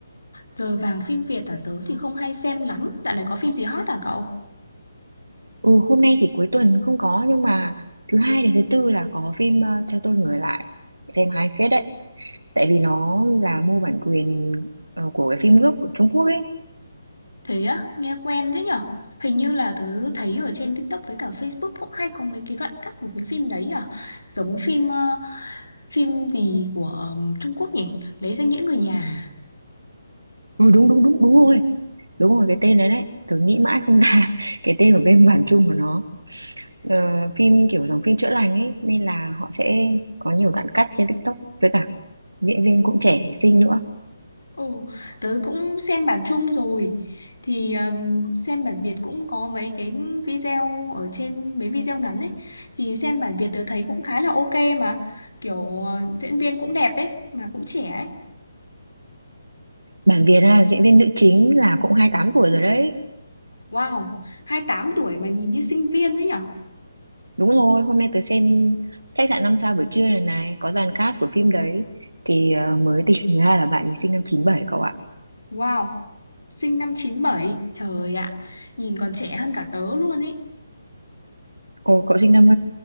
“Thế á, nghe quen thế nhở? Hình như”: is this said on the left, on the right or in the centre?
Left